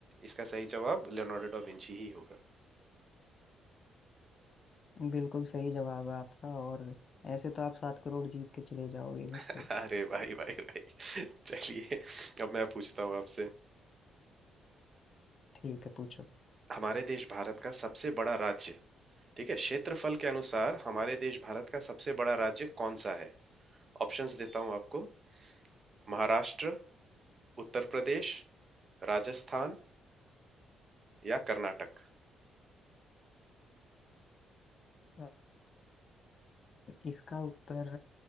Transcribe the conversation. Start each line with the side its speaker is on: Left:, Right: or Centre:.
Right: इसका सही जवाब लियोनार्डो डा विंची ही होगा
Left: बिल्कुल सही जवाब है आपका और ऐसे तो आप सात करोड़ जीत के चले जाओगे इधर से
Right: <laughs> अरे भाई भाई भाई <laughs> चलिए अब मैं पूछता हूँ आपसे
Left: ठीक है पूछो
Right: हमारे देश भारत का सबसे बड़ा राज्य ठीक है क्षेत्रफल के अनुसार हमारे देश भारत का सबसे बड़ा राज्य कौन सा है ऑप्शंस देता हूँ आपको महाराष्ट्र उत्तर प्रदेश राजस्थान या कर्नाटक
Left: हाँ, इसका उत्तर